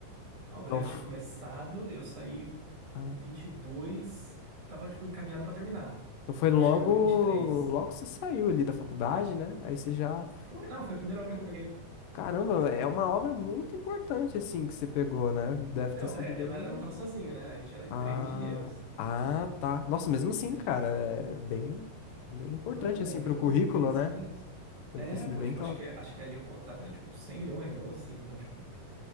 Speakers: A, on the right; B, on the left.
A: a obra
B: Então,
A: já
B: f-
A: tinha começado, eu saí
B: ah,
A: 22, tava, tipo, encaminhado pra terminar.
B: então foi
A: Eu
B: logo,
A: acho que acabou em vinte e três.
B: logo que você saiu ali da faculdade, né? Aí você já.
A: Foi, não, foi a primeira obra que eu peguei, pô.
B: Caramba, é uma obra muito importante, assim, que você pegou, né? Deve
A: Não,
B: ter sido
A: é,
B: bem.
A: eu não, era- eu não tava sozinho, né? A gente era em
B: Ah,
A: três engenheiros.
B: ah, tá. Nossa, mesmo assim,
A: É,
B: cara,
A: tipo assim.
B: é bem, bem importante
A: Não,
B: assim
A: é, foi
B: pro currículo,
A: maneiríssimo,
B: né?
A: maneiríssimo.
B: Deve
A: É,
B: ter sido
A: pô,
B: bem
A: tipo,
B: top.
A: acho que, acho que ali o contrato era, tipo, 100 milhões, algo assim. Então, tipo,